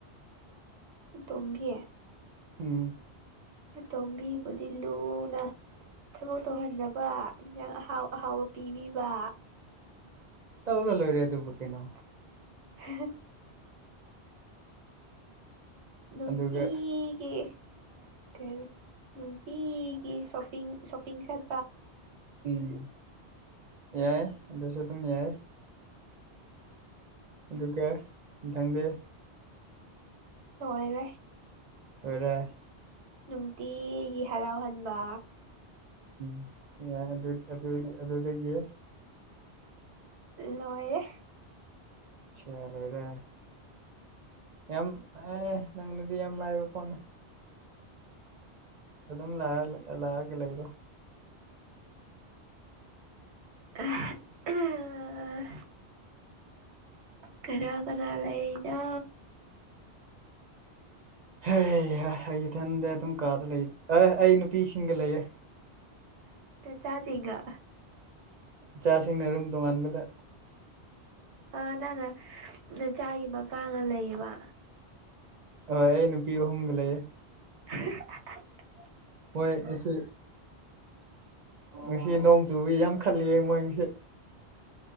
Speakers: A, on the right; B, on the right.
A: ꯑꯇꯣꯝꯕꯤ
B: ꯎꯝ
A: ꯇꯣꯝꯕꯤꯕꯨꯗꯤ ꯂꯨꯅ ꯊꯕꯛ ꯇꯧꯍꯟꯗꯕ ꯏꯟꯁꯥꯡ ꯑꯍꯥꯎ ꯑꯍꯥꯎꯕ ꯄꯤꯕꯤꯕ
B: ꯇꯧꯔ ꯂꯣꯏꯔꯦ ꯑꯗꯨꯕꯨ ꯀꯩꯅꯣ
A: <inaudible> ꯅꯨꯡꯇꯤꯒꯤ
B: ꯑꯗꯨꯒ
A: ꯀ ꯅꯨꯡꯇꯤꯒꯤ ꯁꯣꯄꯤꯡ ꯁꯣꯄꯤꯡ ꯆꯠ
B: ꯎꯝ ꯌꯥꯏ ꯑꯗꯨꯁꯨ ꯑꯗꯨꯝ ꯌꯥꯏ ꯑꯗꯨꯒ ꯃꯊꯪꯗꯦ
A: ꯂꯣꯏꯔꯦ
B: ꯑꯣꯏꯗ
A: ꯅꯨꯡꯇꯤꯒꯤ ꯍꯔꯥꯎꯍꯟꯕ
B: ꯎꯝ ꯌꯥ ꯑꯗꯨ ꯑꯗꯨꯗꯒꯤ
A: ꯂꯣꯏꯌꯦꯦ
B: ꯦ ꯂꯩꯔꯦ ꯌꯥꯝ ꯑꯦ ꯅꯪꯅꯗꯤ ꯌꯥꯝ ꯂꯥꯏꯕ ꯐꯣꯟꯅꯤ ꯑꯗꯨꯝ ꯂ ꯂꯥꯛꯑꯒ ꯂꯩꯒ꯭ꯔꯣ
A: ꯑ ꯑ ꯀꯔ ꯀꯔ ꯂꯩꯗ
B: ꯍ ꯏꯊꯟꯗ ꯑꯗꯨꯝ ꯀꯥꯗ ꯂꯩ ꯑ ꯑꯩ ꯅꯨꯄꯤꯁꯤꯡꯒ ꯂꯩꯌꯦꯦ
A: ꯆꯥꯖꯒ
B: ꯏꯆꯥꯁꯤꯡꯅ ꯔꯨꯝ ꯇꯣꯉꯥꯟꯕꯗ
A: ꯑꯥ ꯅꯪꯅ ꯆꯆꯥꯒꯤ ꯃꯄꯥꯥꯡꯒ ꯂꯩꯌꯦꯕ
B: ꯍꯣꯏ ꯑꯩ ꯅꯨꯄꯤ ꯑꯍꯨꯝꯒ ꯂꯩꯌꯦ
A: <inaudible>
B: ꯍꯣꯏ ꯃꯁꯤ ꯉꯁꯤ ꯅꯣꯡ ꯆꯨ ꯌꯥꯝ ꯈꯜꯂꯤꯌꯦ ꯃꯥꯡꯁꯦ